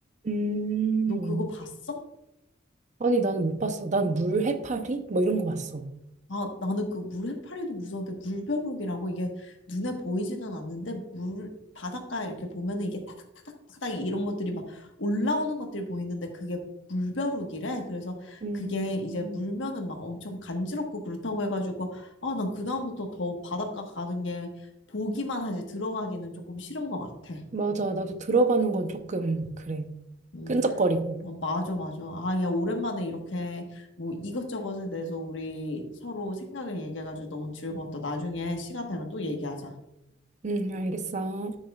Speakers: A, on the right (about 40°); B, on the left (about 70°).
A: 음.
B: 너 그거 봤어?
A: 아니, 나는 못 봤어. 난 물 해파리? 뭐 이런 거 봤어.
B: 아, 나는 그 물 해파리도 무서운데 물벼룩이라고 이게 눈에 보이지는 않는데 물 바닷가 이렇게 보면은 이게 타닥타닥타닥 이런 것들이 막 올라오는 것들이 보이는데 그게 물벼룩이래. 그래서
A: 음,
B: 그게 이제 물면은 막 엄청 간지럽고 그렇다고 해가지고 아, 난 그다음부터 더 바닷가 가는 게 보기만 하지 들어가기는 조금 싫은 것 같아.
A: 맞아. 나도 들어가는 건 조금, 그래.
B: 어,
A: 끈적거리고.
B: 어, 맞아, 맞아. 아, 야, 오랜만에 이렇게 뭐 이것저것에 대해서 우리 서로 생각을 얘기해가지고 너무 즐거웠다. 나중에 시간 되면 또 얘기하자.
A: 응, 알겠어.